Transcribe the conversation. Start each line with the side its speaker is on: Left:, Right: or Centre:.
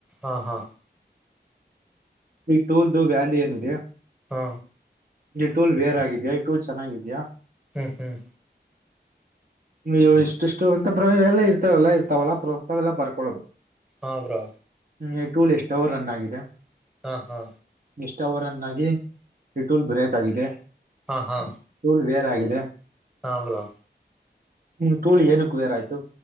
Centre: ಹಾ ಹಾ
Right: ಈ ಟೂಲ್ದು ವ್ಯಾಲ್ಯೂ ಏನಿದೆ
Centre: ಹಾ
Right: ಇಲ್ಲಿ ಟೂಲ್ ಬೇರ್ ಆಗಿದ್ಯಾ ಈ ಟೂಲ್ ಚೆನ್ನಾಗಿದ್ಯ
Centre: ಹ್ಮ್ ಹ್ಮ್
Right: ವು ಇಷ್ಟಿಷ್ಟು ಅಂತ ಭ್ರಮ ಎಲ್ಲ ಇರ್ತವೆೆಲ್ಲ ಇರ್ತಾವಲ್ಲ ಪ್ರೋತ್ಸವ ಎಲ್ಲರ್ಕೊಳ್ಳೋದು <unintelligible>
Centre: ಹಾಂ ಬ್ರೋ
Right: ಹ ಟೂಲ್ ಎಷ್ಟ ಅವರ್ ರನ್ ಆಗಿದೆ
Centre: ಹಾ ಹಾ
Right: ಎಷ್ಟ ಅವರನ್ನಾಗಿ ಇಟೂಲ್ ಬ್ರೇಕ್ ಆಗಿದೆ
Centre: ಹಾ ಹಾ
Right: ತೂಳ್ ಬೇರೆ ಆಗಿದೆ
Centre: ಹಾಂ ಬರೋ
Right: ಹ್ಮ್ ಟೋಲ್ ಏನಕ್ರ ಆಯ್ತು